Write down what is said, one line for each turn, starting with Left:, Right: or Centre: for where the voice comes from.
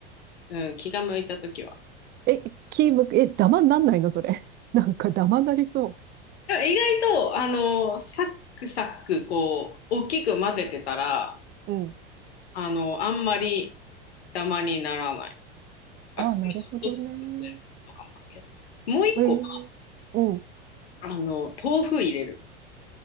Left: うん、気が向いたときは。
Right: え、キーム、え、ダマになんないの、それ。<laughs> なんかダマなりそ
Left: でも意外と、あの、サックサック、こう、大きく混ぜてたら、
Right: う。うん。
Left: あの、あんまりダマにならない。あ、
Right: ああ、
Left: ちょっとずつ混ぜるとかもあるけど。
Right: なるほどね。
Left: もう一個、
Right: ええ、うん。
Left: あの、豆腐入れる。